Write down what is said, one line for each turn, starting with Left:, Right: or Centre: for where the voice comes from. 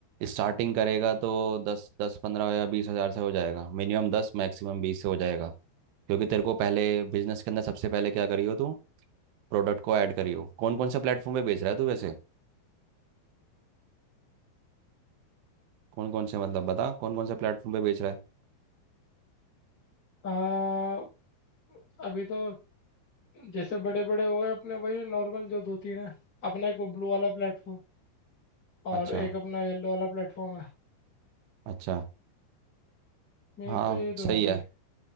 Right: स्टार्टिंग करेगा तो दस दस पंद्रह या बीस हज़ार से हो जाएगा मिनिमम दस मैक्सिमम बीस से हो जाएगा क्योंकि तेरे को पहले बिजनेस के अंदर सबसे पहले क्या करियो तू प्रोडक्ट को ऐड करियो कौन कौन से प्लेटफॉर्म पे बेच रहा है तू वैसे कौन कौन से मतलब बता कौन कौन से प्लेटफॉर्म पे बेच रहा है
Left: आ, अभी तो जैसे बड़े बड़े हो गए अपने वही नॉर्मल जो दो तीन है अपना एक वो ब्लू वाला प्लेटफॉर्म और
Right: अच्छा
Left: एक अपना येलो वाला प्लेटफॉर्म है
Right: अच्छा
Left: मेन
Right: हाँ
Left: तो यही दो
Right: सही
Left: है भाई
Right: है